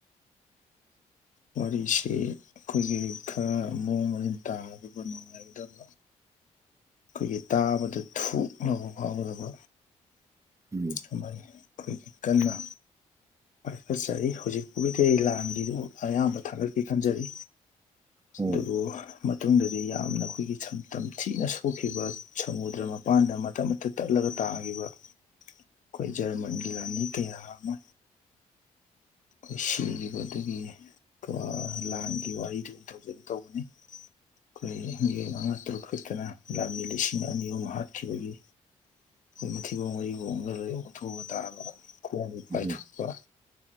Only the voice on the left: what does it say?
ꯋꯥꯔꯤꯁꯤ ꯑꯩꯈꯣꯏꯒꯤ ꯈꯔ ꯃꯑꯣꯡ ꯃꯔꯤꯟ ꯇꯥꯔꯗꯤ ꯅꯨꯡꯉꯥꯏꯒꯗꯕ ꯑꯩꯈꯣꯏꯒꯤ ꯇꯥꯕꯗ ꯊꯣꯛꯅꯕ ꯐꯥꯎꯒꯗꯕ
<unintelligible> ꯑꯩꯈꯣꯏꯒꯤ ꯀꯟꯅ ꯄꯥꯏꯈꯠꯆꯔꯤ ꯍꯧꯖꯤꯛꯄꯨꯗꯤ ꯂꯥꯟꯒꯤꯗꯨ ꯑꯌꯥꯝꯕ ꯊꯥꯒꯠꯀꯦ ꯈꯟꯖꯔꯤ
ꯑꯗꯨꯕꯨ ꯃꯇꯨꯡꯗꯗꯤ ꯌꯥꯝꯅ ꯑꯩꯈꯣꯏꯒꯤ ꯁꯝ ꯇꯝꯊꯤꯅ ꯁꯣꯛꯈꯤꯕ ꯁꯃꯨꯗ꯭ꯔ ꯃꯄꯥꯟꯗ ꯃꯇꯠ ꯃꯇꯠ ꯇꯠꯂꯒ ꯇꯥꯒꯤꯕ ꯑꯩꯈꯣꯏ ꯖꯔꯃꯟꯒꯤ ꯂꯥꯟꯃꯤ ꯀꯌꯥ ꯑꯃ ꯑꯩꯈꯣꯏ ꯁꯤꯒꯤꯕ ꯑꯗꯨꯒꯤꯅꯤ ꯄꯨꯔꯥ ꯂꯥꯟꯒꯤ ꯋꯥꯔꯤꯗꯨ ꯑꯣꯏꯅ ꯇꯧꯖꯦꯅ ꯇꯧꯕꯅꯤ ꯑꯩꯈꯣꯏꯒꯤ ꯃꯤꯑꯣꯏ ꯃꯉꯥ ꯇꯔꯨꯛ ꯈꯛꯇꯅ ꯂꯥꯟꯃꯤ ꯂꯤꯁꯤꯡ ꯑꯅꯤ ꯑꯍꯨꯝ ꯍꯥꯠꯈꯤꯕꯒꯤ ꯃꯊꯤꯕꯣꯡ ꯃꯔꯤꯕꯣꯡꯒꯖꯦ ꯑꯣꯊꯣꯛꯑꯒ ꯇꯥꯕ ꯈꯣꯡ
ꯄꯥꯏꯊꯣꯛꯄ